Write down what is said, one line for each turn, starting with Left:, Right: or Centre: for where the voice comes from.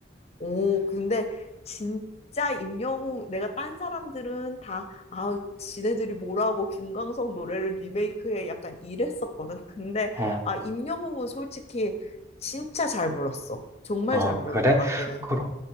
Left: 오, 근데 진짜 임영웅, 내가 딴 사람들은 다, 아, 지네들이 뭐라고 김광석 노래를 리메이크해 약간 이랬었거든. 근데,
Right: 어,
Left: 아, 임영웅은 솔직히 진짜 잘 불렀어. 정말
Right: 어,
Left: 잘 부르더라,
Right: 그래?
Left: 걔는.
Right: 그럼,